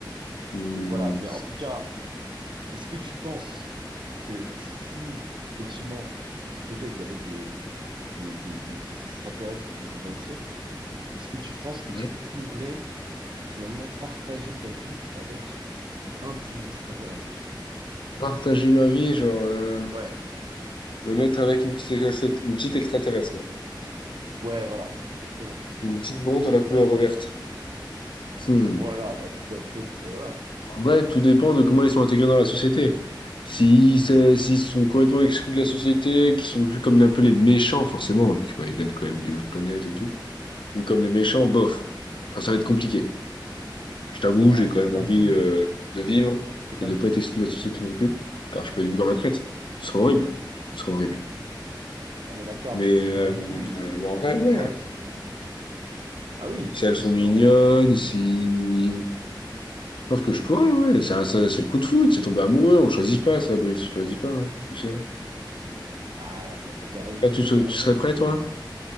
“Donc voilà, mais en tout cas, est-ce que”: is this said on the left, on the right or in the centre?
Right